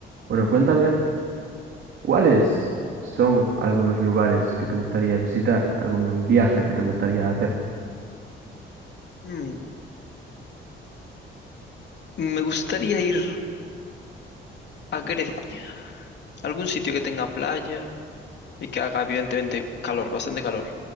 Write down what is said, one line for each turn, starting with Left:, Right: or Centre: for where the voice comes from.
Right: Bueno, cuéntame, ¿cuáles son algunos lugares que te gustaría visitar, algún viaje que te gustaría hacer?
Left: Mm, Me gustaría ir a Grecia, algún sitio que tenga playa y que haga evidentemente calor, bastante calor.